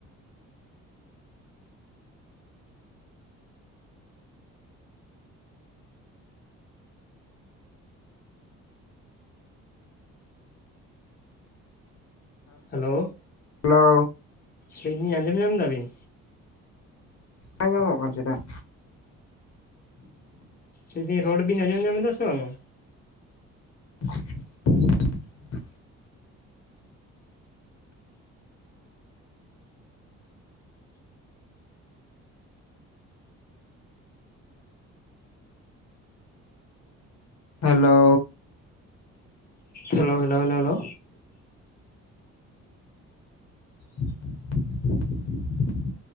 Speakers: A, on the left; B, on the left.
A: ᱦᱮᱞᱳ,
B: ᱦᱮᱞᱳ
A: ᱞᱟᱹᱭ ᱫᱤᱧ ᱟᱸᱡᱚᱢ ᱧᱟᱢ ᱮᱫᱟᱵᱤᱱ?
B: ᱟᱸᱡᱟᱢᱚᱜ ᱠᱟᱱ ᱪᱮᱫᱟᱜ?
A: ᱞᱟᱹᱭ ᱫᱤᱧ ᱨᱚᱲ ᱵᱤᱱ ᱟᱸᱡᱚᱢ ᱧᱟᱢᱮᱫᱟ ᱥᱮ ᱵᱟᱝᱼᱟ?
B: <inaudible> Hello.
A: Hello hello hello hello.
B: <inaudible>